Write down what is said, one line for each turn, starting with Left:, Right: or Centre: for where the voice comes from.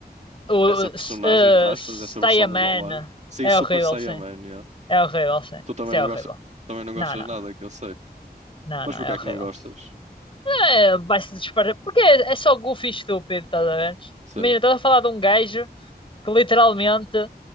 Left: O.
Right: essa personagem,
Left: s- eh,
Right: entre aspas,
Left: Saiyaman.
Right: essa versão do Gohan, sem
Left: É
Right: Super
Left: horrível,
Right: Saiyaman,
Left: sim.
Right: yeah.
Left: É horrível, sim.
Right: Tu também
Left: Isso
Right: não
Left: é horrível.
Right: gostas, também não gostas
Left: Não, não.
Right: nada, que eu sei.
Left: Não,
Right: Mas
Left: não,
Right: porquê
Left: é horrível.
Right: é que não gostas?
Left: É, vai-se disparar. Porque é, é só goofy e estúpido, estás a ver?
Right: Sim,
Left: Imagina, estás a falar de um gajo que literalmente